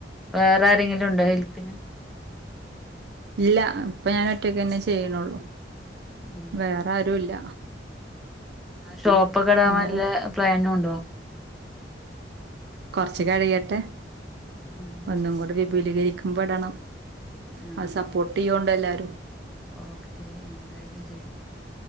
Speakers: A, in the centre; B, on the right.
A: വേറെ ആരെങ്കിലും ഉണ്ടോ ഹെൽപ്പിന്
B: ഇല്ല, ഇപ്പൊ ഞാൻ ഒറ്റക്ക് തന്നെ ചെയ്യണള്ളു?
A: ഉം
B: വേറെ ആരു ഇല്ല.
A: ഷോപ്പൊക്കെ ഇടാവാൻ
B: പിന്നെ
A: വല്ല പ്ലാനും ഉണ്ടോ?
B: കുറച്ച് കഴിയട്ടെ.
A: ഉം
B: ഒന്നും കൂടെ വിപുലീകരിക്കുമ്പടണം.
A: ആഹ്
B: ആഹ്‌, സപ്പോർട്ട് ചെയ്യോണ്ട് എല്ലാരും.
A: ഓക്കെ എന്തായാലും ചെയ്യും.